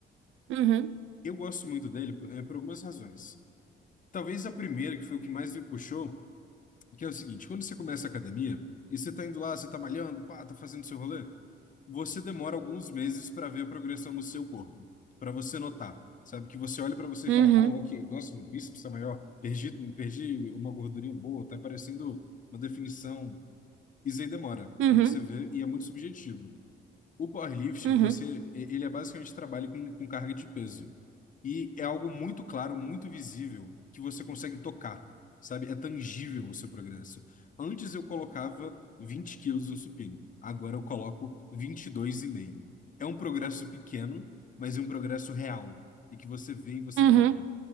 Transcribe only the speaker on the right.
Uhum,
uhum,
uhum,
uhum,
uhum,